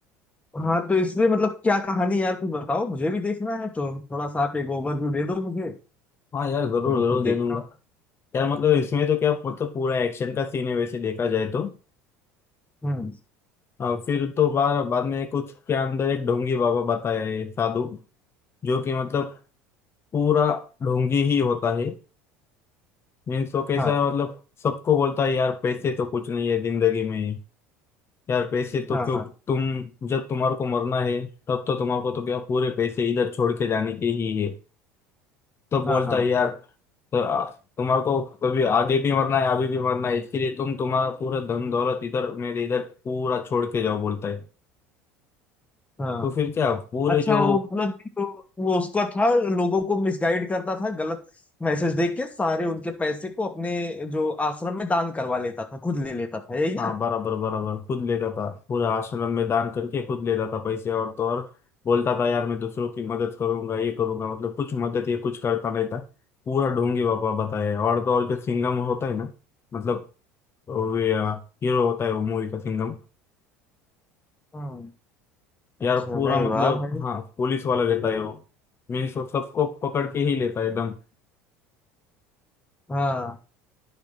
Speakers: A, on the left; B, on the left.
A: हाँ तो इसमें मतलब क्या कहानी यार कुछ बताओ मुझे भी देखना है तो थोड़ा सा आप एक ओवरव्यू दे दो मुझे
B: हाँ यार जरूर
A: तो मैं
B: जरूर
A: खुद देखता
B: दे दूंगा
A: हूँ
B: यार मतलब इसमें तो क्या मतलब पूरा एक्शन का सीन है वैसे देखा जाए तो
A: हम्म
B: अ, फिर तो बार बाद में कुछ के अंदर एक ढोंगी बाबा बताया है साधु जो कि मतलब पूरा ढोंगी ही होता है मीन्स वो कैसा
A: हाँ
B: है मतलब सबको बोलता है यार पैसे तो कुछ नहीं है जिंदगी में यार पैसे तो
A: हाँ
B: क्यों
A: हाँ
B: तुम जब तुम्हारे को मरना है तब तो तुम्हारे को तो क्या पूरे पैसे इधर छोड़ के जाने के ही है तब बोलता
A: हाँ हाँ
B: है यार तो आ- तुम्हारे को कभी आगे भी मरना है अभी भी मरना है इसके लिए तुम तुम्हारा पूरा धन दौलत इधर मेरे इधर पूरा छोड़ के जाओ बोलता है
A: हाँ
B: तो फिर क्या पूरे
A: अच्छा
B: जो
A: वो मतलब कि तो वो उसका था लोगों को मिसगाइड करता था गलत मैसेज देख के सारे उनके पैसे को अपने जो आश्रम में दान करवा लेता था खुद ले लेता था यही ना
B: हाँ बराबर बराबर खुद लेता था पूरा आश्रम में दान करके खुद लेता था पैसे और तो और बोलता था यार मैं दूसरों की मदद करूंगा ये करूंगा मतलब कुछ मदद ये कुछ करता नहीं था पूरा ढोंगी बाबा बताया और तो और जो सिंघम होता है ना मतलब वे हीरो होता है वो मूवी का सिंघम
A: हम्म
B: यार
A: अच्छा
B: पूरा
A: नहीं
B: मतलब
A: वाह भाई
B: हाँ पुलिस वाला रहता है वो मीन्स वो सबको पकड़ के ही लेता है एकदम
A: हाँ